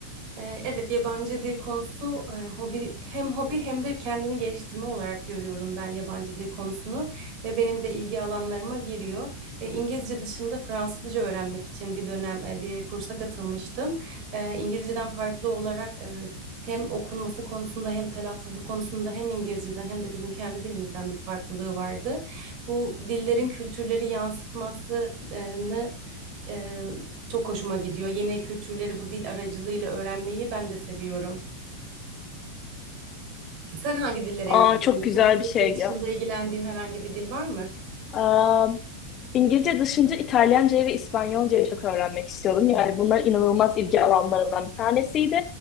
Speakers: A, on the right (about 40°); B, on the left (about 30°).
A: Ee, Evet, yabancı dil konusu e, hobi hem hobi hem de kendini geliştirme olarak görüyorum ben yabancı dil konusunu ve benim de ilgi alanlarıma giriyor. E, İngilizce dışında Fransızca öğrenmek için bir dönem e, bir kursa katılmıştım. E, İngilizceden farklı olarak e, hem okunması konusunda hem telaffuzu konusunda hem İngilizceden hem de bizim kendi dilimizden bir farklılığı vardı. Bu dillerin kültürleri yansıtmasını ee, çok hoşuma gidiyor. Yeni kültürleri bu dil aracılığıyla öğrenmeyi ben de seviyorum. Sen hangi dillere
B: Aa,
A: ilgileniyorsun?
B: çok güzel
A: İngilizce
B: bir şey
A: dışında
B: ya.
A: ilgilendiğin herhangi bir dil var mı?
B: Aa, İngilizce dışında İtalyancayı ve İspanyolcayı çok öğrenmek istiyordum. Yani bunlar inanılmaz ilgi alanlarımdan bir tanesiydi.